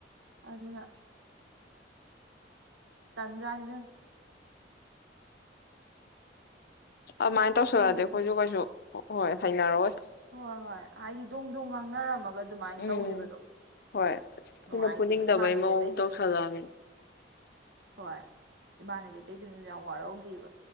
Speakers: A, on the right; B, on the left.
A: ꯑꯗꯨꯅ ꯇꯟꯖꯥꯅꯤ ꯏꯕꯦꯝꯃ
B: ꯑꯗꯨꯃꯥꯏꯅ ꯇꯧꯁꯛꯑꯗꯤ
A: ꯈꯪꯗꯦ
B: ꯑꯩꯈꯣꯏꯁꯨ
A: ꯑꯗꯨꯝ
B: ꯀꯩꯁꯨ ꯑꯣ ꯍꯣꯏ ꯍꯥꯏꯅꯔꯣꯏ
A: ꯍꯣꯏ ꯍꯣꯏ ꯍꯥꯏꯗꯤ ꯗꯨꯡ ꯗꯨꯡ ꯉꯥꯡꯅꯔꯝꯃꯒ ꯑꯗꯨꯃꯥꯏꯅ
B: ꯎꯝ
A: ꯇꯧꯈꯤꯕꯗꯣ
B: ꯍꯣꯏ
A: ꯅꯨꯡꯉꯥꯏꯇꯦꯕ
B: ꯃꯤꯅ ꯄꯨꯅꯤꯡꯗꯕꯩ
A: ꯏꯃꯥꯟꯅꯕꯤ
B: ꯃꯑꯣꯡ
A: ꯑꯇꯩꯗꯨꯗ
B: ꯇꯧꯁꯜꯂꯛꯑꯃꯤ
A: ꯍꯣꯏ ꯏꯃꯅꯦꯕꯤ ꯑꯇꯩꯗꯨꯅ ꯌꯥꯝ ꯋꯥꯔꯧꯒꯤꯕ